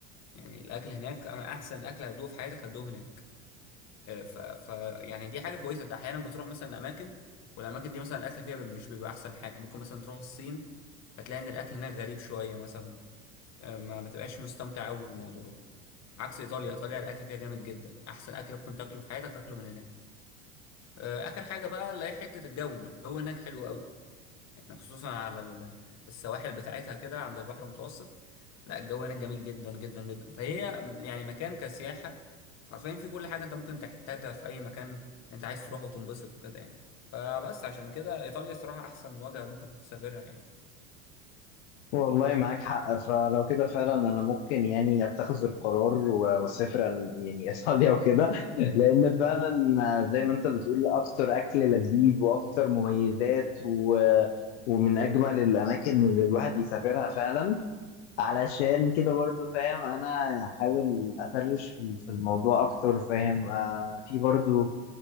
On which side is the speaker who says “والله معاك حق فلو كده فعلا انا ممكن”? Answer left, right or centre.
Left